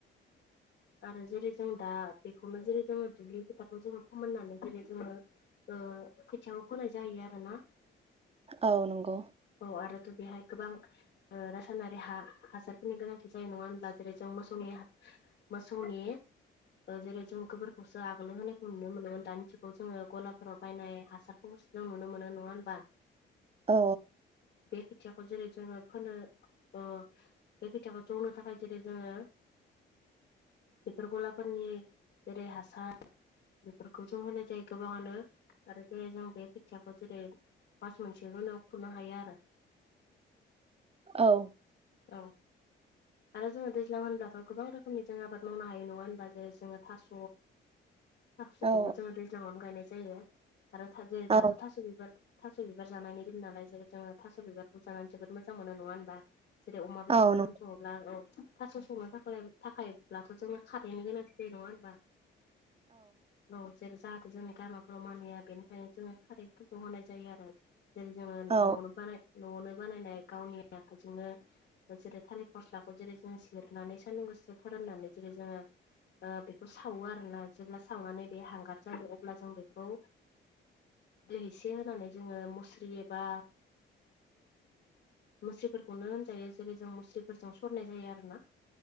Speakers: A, on the left; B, on the right.
A: आरो जेरै जों दा बेखौनो जेरै जोङो दुब्लि फोथारखौ जोङो फोमोननानै जेरै जोङो ओ खोथियाखौ सोंनाय जायो आरोना।
B: औ नंगौ
A: औ आरोथ' बेहाय गोबां ओ रासायनारि हा हासारनि गोनांथि जायो नङा होनब्ला जेरै जों मोसौ नि मोसौनि जेरै जों गोबोरखौसो आगोल होनायखौ नुनो मोनोमोन दानि जुगाव जोङो गलाफोराव बायनाय हासारखौ जों नुनो मोनो नङा होमबा?
B: औ।
A: खोथियाखौ जेरै जोङो फोनो ओ बे खेथियाखौ जौनो थाखाय जेरै जोङो
B: <inaudible>
A: बेफोर गलाफोरनि जेरै हासार बेफोरखौ जों होनाय जायो गोबाङानो आरो जेरै जों बे खोथियाखौ जेरै मास मोनसेखौनाव खुरनो हायो आरो।
B: <inaudible> औ।
A: औ आरो जोङो दैज्लां होनब्ला गोबां रोखोमनि जों आबाद मावनो हायो नङा होनबा? जेरै जोङो थास' थास'खौबो
B: औ
A: जोङो दैज्लांआवनो गायनाय जायो आरो। जेरै
B: औ
A: दाथ' थास' बिबार थास बिबार जानायनि दिन नालाय जेरै जो थास' बिबारखौ जानानै जोबोद मोजां मोजां मोनो नङा होनबा? जेरै अमा बेदरखौ
B: औ नंगौ
A: जों सङोब्ला औ थास' संनो थाखाय अब्लाथ जोंनो खारैनि गोनांथि जायो नङा होनबा? औ जेरै जा जोंनि गामिफ्राव मानिया बेनिखायनो जोङो खारैफोरखौ होनाय जायो आरो। जेरै जोङो
B: औ
A: न'आवनो बानाय न'आवनो बानायनाय गावनि आखाइजोंनो जेरै थालिर फस्लाखौ जेरै जों सेरनानै सानदुं गोसोआव फोराननानै जेरै जोङो ओ बेखौ सावो आरोना जेब्ला सावनानै बे हांगार जायो अब्ला जों बेखौ दै एसे होनानै जोङो मुस्रि एबा मुस्रिफोरखौनो होनजायो जेरै जों मुस्रिफोरजों सरनाय जायो आरोना।